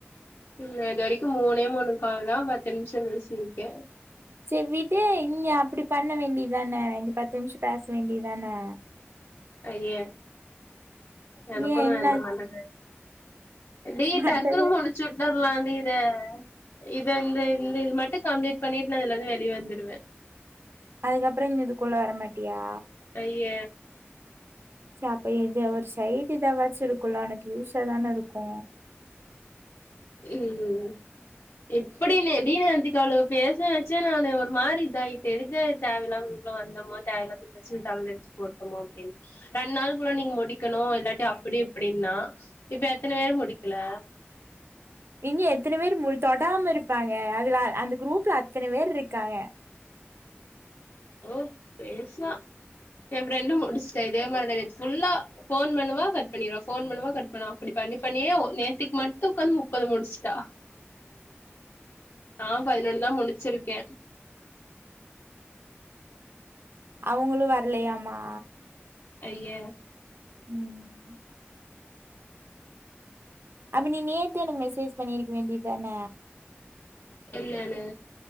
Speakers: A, on the left (about 65°); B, on the right (about 60°).
A: ம் நா இது வரைக்கு மூணே மூணு கால் தா பத்து நிமிஷம் பேசியிருக்கே
B: சேரி விடு நீங்க அப்டி பண்ண வேண்டியதானே இங்க பத்து நிமிஷம் பேச வேண்டியதுதானே
A: ஐயே எனக்கு
B: ஏ
A: ஒன்னு
B: என்னாச்சு
A: வேண்ட மண்ட காய்து டி
B: பண்றது
A: டக்குனு முடிச்சு விட்ட நா வந்து இத இத இந்த இந்த இது மட்டும் கம்ப்ளீட் பண்ணிட்டு நா இதுல இருந்து வெளியே வந்துடுவே
B: அதுக்கப்புறோ இங்க இதுக்குள்ள வரமாட்டியா
A: ஐய
B: அப்ப இது ஒரு சைடு இத வச்சுருக்குல உனக்கு யூசா தான இருக்கு
A: ம் எப்டினு டி நேத்துக்கு அவளுக்கு பேச வச்ச நானு ஒரு மாரி இதாயிட்டே எதுக்கு தேவல்லாம இதுக்குள்ள வந்தோமோ தேவல்ல தச்சு தல அடிச்சு போட்டமோ அப்டின்னு ரெண்டு நாளுக்குள்ள நீங்க முடிக்கணு இல்லாட்டி அப்டி இப்டினுன்னா இப்ப எத்தன பேரு முடிக்கல
B: இங்க எத்தன பேர் மு தொடாம இருப்பாங்க அதுல அந்த குரூப்ல அத்தன பேர் இருக்காங்க
A: ஓ பேசுவா எ ஃப்ரெண்டும் முடிச்சுட்டா இதே மாரி தா நேத்து ஃபுல்லா போன் பண்ணுவா கட் பண்ணிருவா போன் பண்ணுவா கட் பண்ணுவ அப்டி பண்ணி பண்ணியே நேத்துக்கு மட்டும் உட்காந்து முப்பது முடிச்சுட்டா அ பதினொன்னுதா முடிச் வச்சிருக்கே
B: அவங்களு வரலையாமா
A: ஐய
B: ம் அப்ப நீ நேத்தே எனக்கு மெசேஜ் பண்ணிருக்க வேண்டியது தான
A: என்னனு